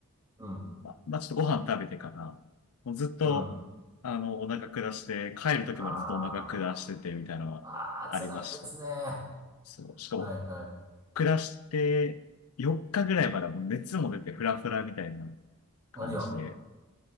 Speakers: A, on the right; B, on the left.
A: うん、
B: ま、まあ、ちょっとご飯食べてから、もうずっと、
A: うん。
B: あの、お腹下して、帰る時までずっとお腹下してて、
A: あ
B: みたいなのはありました。
A: あ、ああ、辛いですね。は
B: そう。しかも、
A: いはい。
B: 下して、4日ぐらいまではもう熱も出て、フラフラみたいな感じで、
A: ありゃ。